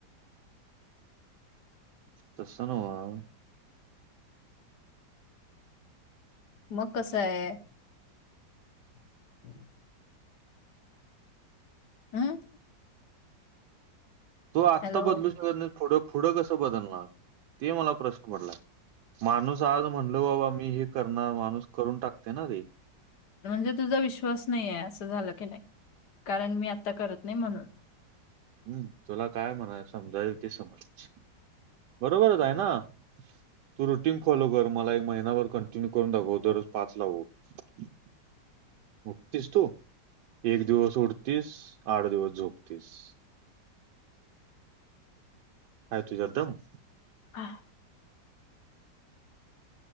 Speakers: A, on the right; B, on the left.
A: तस नव्ह.
B: मग कसं आहे? <inaudible> हम
A: तो आत्ता
B: हॅलो
A: बदलू शकत नाही. पुढं कसं बदलणार ते मला प्रश्न पडलाय. माणूस आज म्हणल बाबा मी हे करणार. माणूस करून टाकते ना ते.
B: म्हणजे तुझा विश्वास नाही आहे असं झालं की नाही कारण, मी आता करत नाही म्हणून.
A: हम्म, तुला काय म्हणायच आहे समजायचं ते समज? बरोबरच आहे ना. तू रुटीन फॉलो कर. मला एक महिनाभर कंटिन्यू करून दाखव दररोज पाच ला ऊठ. उठतीस तू? एक दिवस उठतीस, आठ दिवस झोपतीस. हाई तुझ्यात दम?
B: हा